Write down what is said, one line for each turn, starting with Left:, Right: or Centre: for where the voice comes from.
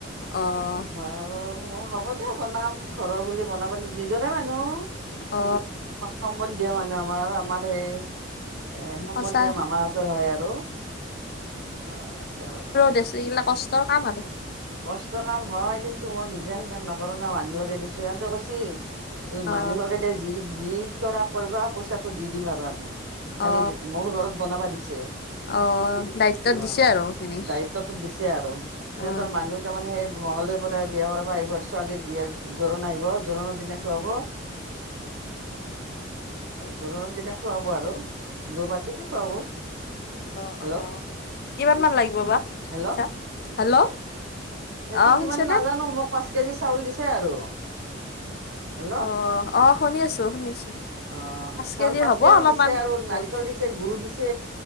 Left: অ
Right: বনাব- অঁ' হ'ব দে বনাম ঘৰৰ বুলি বনাব নিজৰে মানুহ।
Left: অ
Right: সম্বন্ধীয় মানুহ আমাৰ আমাৰ সেই- এ সম্বন্ধীয়
Left: সঁচা
Right: মামা হঁতৰ হয় আৰু আহ তাকেতো।
Left: দে ছো এইগিলাক কষ্টৰ কাম আৰু।
Right: কষ্ট কাম হয় কিন্তু মই নিজে সিমান নকৰো ন' মানুহলগাই দিছো সিহটে কৈছি- তে
Left: অ
Right: মানুহকে দে যি যি কৰা কৰিবা পইচাটো দি দিম আৰু আমি। খালি
Left: অ
Right: মোৰ ঘৰত বনাবা দিছে
Left: অ দায়িত্বত
Right: অঁহ
Left: দিছে আৰু সেইখিনি
Right: দায়ত- দিছে আৰু সিহঁতৰ
Left: অ
Right: মানুহ- তাৰ মানে সেই মংগলদৈৰ পৰাই বিয়া কৰাব আহিব ছোৱালীৰ বিয়া জোৰোণ আহিব জোৰোণৰ দিনা খুৱাব।
Left: <inaudible>
Right: জোৰোণৰ দিনা খুৱাব আৰু দু পাতিকে খুৱাব।
Left: অঁ
Right: হেল্ল'
Left: অঁ' কিমান মান লাগিব বা?
Right: হেল্ল'
Left: পইচা হেল্ল'
Right: সেইটো
Left: অ
Right: কিমান
Left: শুনিছেনে
Right: নাজানো মোক পাঁচ কেজি চাউল দিছে আৰু। হেল্ল'
Left: অ' অঁ' শুনি আছো শুনি আছো।
Right: অঁ' চাউল
Left: কেজিৰ
Right: পাঁচ
Left: হ'ব
Right: কেজি
Left: অলপমান
Right: দিছে আৰু
Left: বহুত
Right: নাৰিকল দিছ- চে গোৰো দিছে